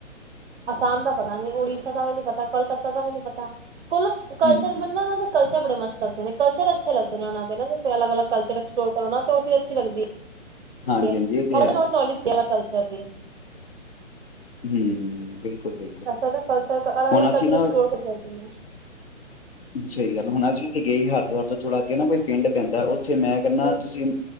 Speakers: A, on the right (about 50°); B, on the left (about 50°).
A: ਅਸਾਮ ਦਾ ਪਤਾ ਨੀ ਉੜੀ ਦਾ ਵੀ ਨੀ ਪਤਾ ਕੋਲਕੱਤਾ ਦਾ ਵੀ ਨੀ ਪਤਾ। <unintelligible> ਕੁਲ ਕਲਚਰ
B: ਹਮ
A: ਬਣਨਾ ਉਹ ਦਾ ਕਲ ਚ ਬੜੇ ਮਸਤ ਲੱਗਦੇ ਨੇ, ਕਲਚਰ ਅੱਛ ਲੱਗਦੇ ਨੇ ਉਹਨਾਂ ਨੇ ਜ ਅਲਗ-ਅਲਗ ਐਕਸਪਲੋਰ ਨਾ ਉਹ ਚੀਜ਼ ਅੱਛੀ ਲੱਗਦੀ ਹੈ।
B: ਹਾਂਜੀ
A: <unintelligible>
B: ਹਾਂਜੀ ਇਹ ਤੇ ਹੈ
A: ਸਰਦੀ,
B: ਹੂੰ, ਬਿਲਕੁਲ-ਬਿਲਕੁਲ
A: ਐਸਾ ਤਾਂ ਕਲਚਰ ਅਲੱਗ
B: ਹੁਣ
A: ਅਲੱਗ ਕਲਚਰ
B: ਸੀ ਨਾ,
A: ਐਕਸਪਲੋਰ ਕਰ ਸਕਦੇ
B: ਸਹੀ ਗੱਲ ਹੁਣ ਅਸੀਂ ਗਏ ਹਰਿਦੁਆਰ ਤੋਂ ਥੋੜਾ ਅੱਗੇ ਨਾ ਕੋਈ ਪਿੰਡ ਪੈਦਾ, ਉੱਥੇ ਮੈਂ ਕਹਿੰਦਾ
A: ਹੂੰ
B: ਤੁਸੀਂ